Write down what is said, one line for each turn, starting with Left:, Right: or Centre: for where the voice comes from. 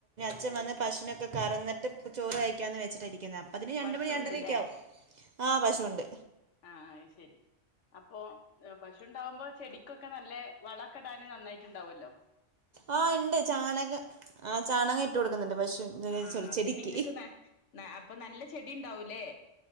Right: അച്ചൻ വന്ന് പശുനൊക്കെ കറന്നിട്ട് ചോറ് കഴിക്കാന്ന് വെച്ചിട്ടിരിക്കേ അപ്പൊതിന് രണ്ട്
Left: പശുണ്ട്ല്ലേ
Right: മണി രണ്ടരക്ക ആവും. ആ പശുണ്ട്.
Left: ആഹ അത് ശരി അപ്പൊ പശുണ്ടാവുമ്പോ ചെടി. ക്കൊക്കെ നല്ല വള കെടാന് നന്നായിട്ടുണ്ടാവല്ലോ.
Right: ആഹ ഇണ്ട് ചാണകം ആ ചാണകം ഇട്ടു കൊടുക്കുന്നുണ്ട് പശു
Left: ആ അതന്നെ
Right: ചെടിക്ക്.
Left: ഇങ്ങക്ക് ന ന അപ്പൊ നല്ല ചെടി ഉണ്ടാവൂല്ലേ.